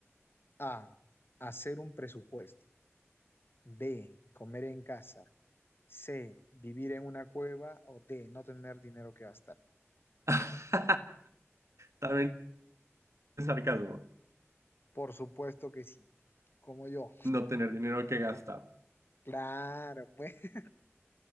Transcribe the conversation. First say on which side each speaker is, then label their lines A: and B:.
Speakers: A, on the left; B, on the right.
A: A. Hacer un presupuesto. B. Comer en casa. C. Vivir en una cueva. O D. No tener dinero que gastar.
B: <laughs> También es sarcasmo.
A: Por supuesto que sí. Como yo.
B: No tener dinero que gastar. <laughs>
A: Claro, <laughs> pues.